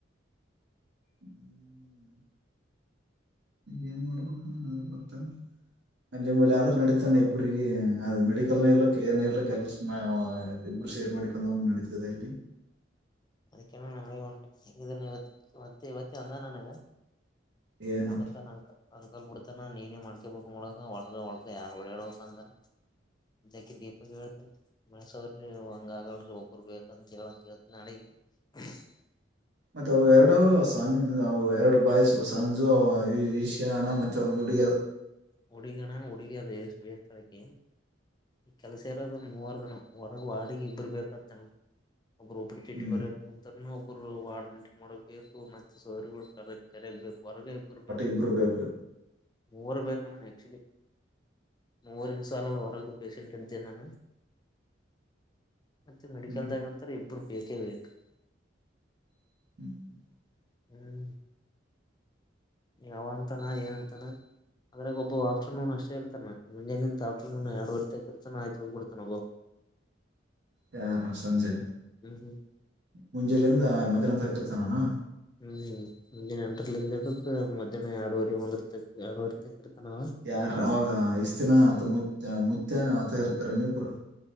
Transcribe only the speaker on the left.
ಅದಕೆ ಹೆಂಗಿದ ಇವ ಮತ್ತೆ ಇವತ್ತ ಅಂದ ನಾನಗ
ಊಟತ ನಂಕ ತಂಕಾ ಬಿಡ್ತಾನ ನೀನೇ ಮಾಡ್ಕೇಬಬೇಕಕ್ ನೋಡಗ ಒಳಗ ಒಳಗ ಯ ಓಡಾಡ್ಬೇಕ ಅಂದನ ಇದಕ ದೀಪಕ್ ಹೇಳ್ತನ ಮೈಸ್ರ ಹಂಗ ಆಗಡ್ರಿ ಒಬ್ಬರು ಬೇಕಂತ ಕೇಳಂತ ನಾಡ ಹ್ಮ
ಹುಡಿಗಣ್ಣ ಹುಡುಗಿಯಾದ ವೇಸ್ಳಕ್ಕ ಈ ಕೆಲಸ ಇರೋದ ಮೂವರು ದನ ಒರಗ ವಾಡಗ ಇಬ್ಬರು ಬೇಕಾದತನ ಒಬ್ಬರು ಉಬ್ಬಿ ಚಿಟ್ಟಿ
ಬರಕ್ ನಂತ ಒಬ್ಬರು ವಾರ್ಡ್ ಮೈಂಟೈನ್ ಮಾಡಬೇಕು ಮತ್ತೆ ಸೋರಿಗಳು ಕರ ಕರಗ್ ಬಬೇಕು ಹೊರಗೆ ಇಬ್ಬರು ಬೇಕು
ಮೂರು ಬೇಕಣ್ಣ ಆಕ್ಚುಲಿ ಮೂವರಿಗೆ ಸಾಲಲ್ಲ ವರಗ ಪೇಷೆಂಟ್ ನ ಮತ್ತೆ ಅಣ್ಣ ಮೆಡಿಕಲ್
ನಾಗ್ ಅಂತಾರ ಇಬ್ಬರು ಬೇಕ ಬೇಕು
ಹ್ಮ್ ಈ ಯಾವ ಅಂತಾನ ಏನಂತಾನ ಅದ್ರಾಗೆ ಒಬ್ಬ ಆಫ್ಟರ್ನೂನ್ ಅಷ್ಟೇ ಇರ್ತಾನ ಮುಂಜೆನ್ ತಾರರು ಎರಡುವರೆ ತಿರ್ತಾನ ಆಯ್ತ ಹೋಗಿ ಬಿಡ್ತಾನಗು
ಹ್ಮ್
ಹ್ಮ್ ಮುಂಜಾನ ಎಂಟರಲಿದ್ ಹಿಡಿದು ಮಧ್ಯಾಹ್ನ ಎರಡುವರೆ ಒಂದ ಇರ್ತ ಎರಡುವರೆ ಇರ್ತಾನವ